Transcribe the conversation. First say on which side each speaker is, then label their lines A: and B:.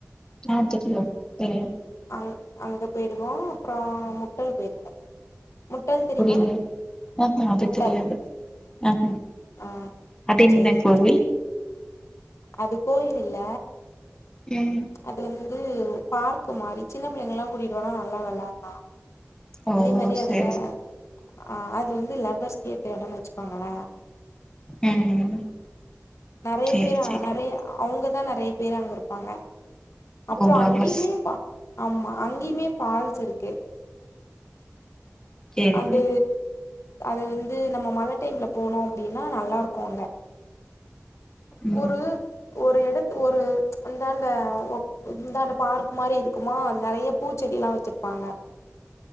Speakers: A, on the left; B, on the left.
A: ஆ தெரியு தெரியு
B: அங் அங்கே போயிருக்கோ அப்றோ முட்டல் போயிருக்கோ முட்டல் தெரியுமா
A: புரியல ஆஹா அது
B: முட்டல்
A: தெரியாது ஆஹ
B: ஆ
A: அதென்ன
B: சேரிங்க
A: கோவில்
B: சேரி அது கோயில் இல்ல
A: ம்
B: அது வந்து பார்க்கு மாரி சின்ன பிள்ளைங்கலல்லா கூட்டிட்டு வந்நா நல்லா வெளாடலா
A: ஓ
B: அதே மாரி அது
A: சரி
B: அ அது வந்து லவ்வர்ஸ்கேத்த எடோனு வச்சுக்கோங்கள
A: ம்
B: நெறைய
A: சேரி
B: பேர் அவ
A: சேரி
B: நெறைய அவங்கதா நெறைய பேர் அங்க இருப்பாங்க அப்றோ
A: ஓ லவ்வர்ஸ்
B: அங்கேயுமே ப ஆமா அங்கேயுமே ஃபால்ஸ் இருக்கு
A: சேரி
B: அந்து அது வந்து நம்ம மழ டைம்ல போனோ அப்டின்னா நல்லாருக்கு அங்க
A: ம்
B: ஒரு ஒரு எடத்து ஒரு அந்தாண்ட முந்தான பார்க் மாரி இருக்குமா நெறைய பூச்செடில்லா வச்சிருப்பாங்க